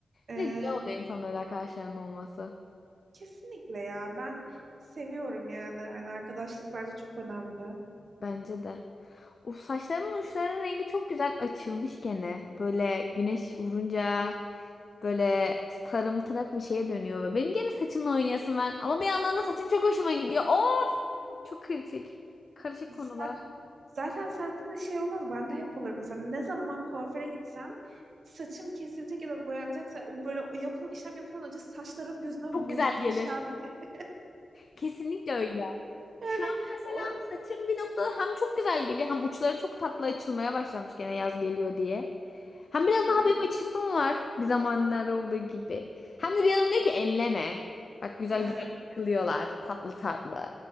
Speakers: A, on the right; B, on the left.
A: e,
B: Bir de güzel oluyor insanın öyle arkadaşlarının olması.
A: kesinlikle ya. Ben seviyorum yani. Hani arkadaşlık bence çok önemli.
B: Bence de. O saçlarımın uçlarının rengi çok güzel açılmış gene. Böyle güneş vurunca böyle sarımtırak bir şeye dönüyor ve benim gene saçımla oynayasım var. Ama bir yandan da saçım çok hoşuma gidiyor. Oo, çok kritik. Karışık konular.
A: Sen Zaten sende de şey olmaz. Bende hep olur. Mesela ne zaman kuaföre gitsem saçım kesilecek ya da boyanacaksa o böyle o yapılan işlem yapılmadan önce saçlarım gözüme
B: Çok
A: muhteşem.
B: güzel gelir.
A: <laughs>
B: Kesinlikle öyle.
A: Yani
B: Şu an mesela
A: o
B: saçım bir noktada hem çok güzel geliyor hem uçları çok tatlı açılmaya başlamış gene yaz geliyor diye. Hem
A: çok
B: biraz daha
A: iyi.
B: benim açısım var bir zamanlar olduğu gibi. Hem de bir adam diyor ki elleme. Bak güzel
A: Ha,
B: güzel takılıyorlar tatlı tatlı.